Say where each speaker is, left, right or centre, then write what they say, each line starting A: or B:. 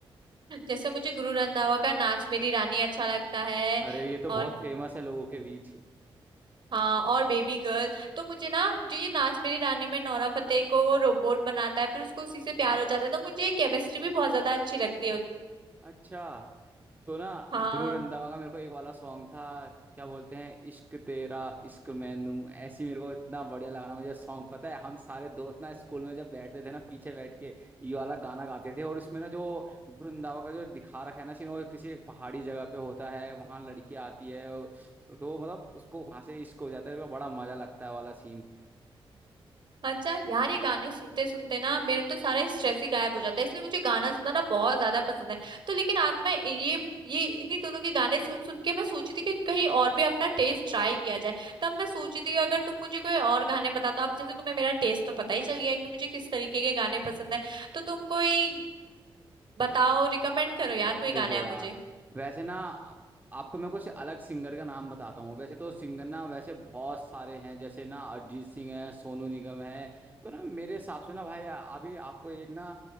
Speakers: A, on the right; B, on the right.
A: जैसे मुझे गुरु रंधावा का नाच मेरी रानी अच्छा लगता है
B: अरे ये तो
A: और
B: बहुत फेमस है लोगों के बीच
A: हाँ और बेबी गर्ल तो मुझे ना जो ये नाच मेरी रानी में नोरा फतेही को वो रोबोट बनाता है फिर उसको उसी से प्यार हो जाता है तो मुझे केमिस्ट्री भी बहुत ज्यादा अच्छी लगती है उस-
B: अच्छा तो ना
A: हाँ
B: गुरु रंधावा का मेरे को एक वाला सॉन्ग था क्या बोलते हैं इश्क तेरा इश्क मैनू ऐसी मेरे को इतना बढ़िया लगा ना मुझे सॉन्ग पता है हम सारे दोस्त ना स्कूल में जब बैठते थे ना पीछे बैठ के ये वाला गाना गाते थे और इसमें ना जो गुरु रंधावा का जो दिखा रखा है ना सीन वो किसी एक पहाड़ी जगह पे होता है वहां लड़की आती है तो मतलब उसको वहां से इश्क हो जाता है मेरे को बड़ा मजा लगता है वाला सीन
A: अच्छा यार ये गाने सुनते सुनते ना मेरे तो सारा स्ट्रेस ही गायब हो जाता है इसलिए मुझे गाना सुनना ना बहुत ज्यादा पसंद है तो लेकिन अब मैं ये ये इन्हीं दोनों के गाने सुन सुन के मैं सोची थी कि कहीं और भी अपना टेस्ट ट्राई किया जाए तब मैं सोची थी कि अगर तुम मुझे कोई और गाने बता तो अब जैसे तुम्हें मेरा टेस्ट तो पता ही चल गया है कि मुझे किस तरीके के गाने पसंद है तो तुम कोई बताओ रिकमेंड
B: आम,
A: करो यार कोई
B: देखो
A: गाने आप
B: यार
A: मुझे
B: वैसे ना आपको मैं कुछ अलग सिंगर का नाम बताता हूँ वैसे तो सिंगर ना वैसे बहुत सारे हैं जैसे ना अरिजीत सिंह है सोनू निगम है तो ना मेरे हिसाब से ना भाई आ- अभी आपको एक ना